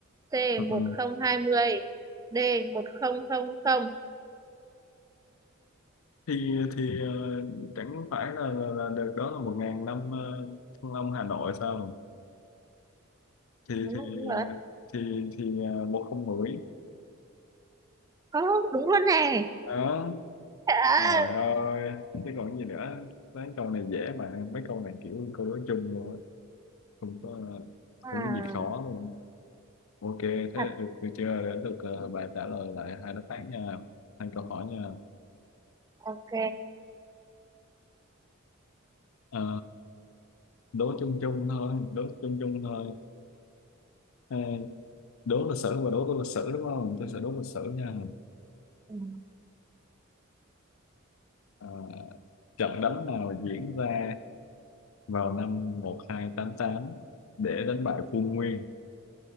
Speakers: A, on the right; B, on the left.
A: C
B: ừ, ừ.
A: một không hai mươi D 1000.
B: thì thì ờ, chẳng phải là là, là được đó là một ngàn năm ờ, Thăng Long Hà Nội sao thì
A: đúng,
B: thì
A: đúng rồi
B: thì thì ờ, một không mười
A: có đúng luôn nè
B: đó
A: à,
B: trời ơi chứ còn gì nữa mấy câu này dễ mà mấy câu này kiểu câu đối chung luôn á không có
A: à,
B: không có gì khó luôn ok thế
A: thật
B: ừ, được chưa để được ờ, bà trả lời lại hai đáp án nha hai câu hỏi nha
A: ok
B: Ờ, đố chung chung thôi đố chung chung thôi Ờ, đố lịch sử và đố tôi lịch sử đúng không tôi sẽ đố lịch sử nha
A: ừ.
B: Ờ, trận đánh nào diễn ra vào năm 1288 để đánh bại quân Nguyên